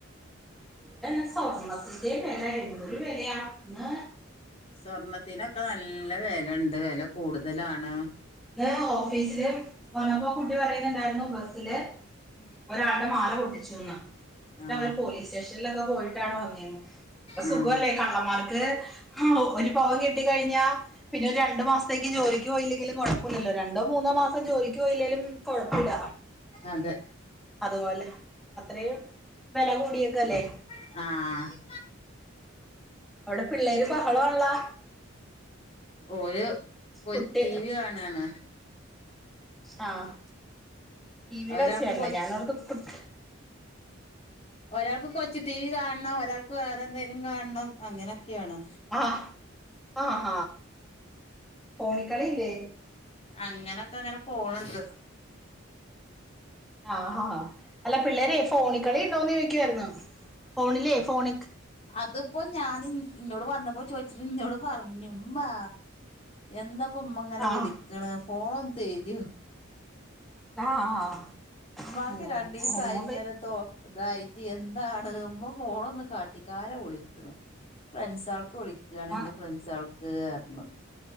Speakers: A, in the centre; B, on the left.
A: അതുപോലെന്നെ സ്വർണ ത്തിന്റേം വില <unintelligible> എന്തൊരു വെലയാ ന്ന്
B: സ്വർണത്തിനൊക്കെ നല്ല വെലണ്ട് വെല കൂടുതലാണ്
A: ഇന്നലെ ഓഫീസില് വന്നപ്പോ അ കുട്ടി പറയുന്നുണ്ടായിരുന്നു ബസില് ഒരാൾടെ മാല പൊട്ടിച്ചുന്ന് ഇന്നട്ട്
B: ആ
A: അവര് പോലീസ് സ്റ്റേഷൻലൊക്കെ പോയിട്ടാണ് വന്നേന്ന് ഇപ്പൊ
B: ആ
A: സുഖവല്ലേ കള്ളമാർക്ക് ഹാവൂ ഒരു പവൻ കിട്ടി കഴിഞ്ഞാ പിന്നെ ഒരു രണ്ടു മാസത്തേക്ക് ജോലിക്ക് പോയില്ലെ ങ്കിലും കൊഴപ്പൊല്ലല്ലോ രണ്ടോ മൂന്നോ മാസം ജോലിക്ക്‌ പൊയില്ലേലും കൊഴപ്പൊല്ല
B: അതെ
A: അതുപോലെ അത്രയും വെല കൂടിയേക്കല്ലേ
B: ആഹ്
A: അവിടെ പിള്ളേര് ബഹളവാണള്ളാ
B: ഓര് ഒര്
A: കുട്ടി
B: ടി വി കാണാണ്
A: ആഹ് ടിവിടെ
B: ഒരാൾക്ക്
A: ഒച്ചയാണല്ലേ
B: കൊ
A: ഞാൻ ഓർത്തു കുട്ടി
B: ഒരാൾക്ക് കൊച്ചു ടിവി കാണണം. ഒരാൾക്ക് വേറെ എന്തേലും കാണണം അങ്ങനെയൊക്കെയാണ്
A: ആഹ് ആഹ്ഹ ഫോണിക്കളിയില്ലേ?
B: അങ്ങനോക്കെ അങ്ങന പോണുണ്ട്
A: ആഹ് ഹാ അല്ല പിള്ളേരെ ഫോണിക്കളി ഉണ്ടോന്ന് ചോയ്ക്കാർന്നു. ഫോണിലേ ഫോണ്
B: അത്പ്പോ ഞാന് ഇന്നോട് വന്നപ്പോ ചോദിച്ചിട്ട് ഇന്നോട് പറഞ്ഞ് മ്മാ എന്താപ്പമ്മ ഇങ്ങന
A: ആഹ്
B: വിളിക്കണ് ഫോണ് ഒന്ന് തര്വോ?
A: ആഹ്
B: ഉമ്മാക്ക്
A: ഉമ്മ
B: രണ്ടീസായി ഇങ്ങനത്തോ ഇതായിട്ട് എന്താണ്? ഉമ്മ ഫോണ് ഒന്ന് കാട്ടിക്കാ ആരാ വിളിക്കണ്? ഫ്രൻസോൾക്ക് വിളിക്കുകാണ്.
A: ഉമ്മ
B: ന്റെ ഫ്രൻസോൾക്ക് പറഞ്ഞു.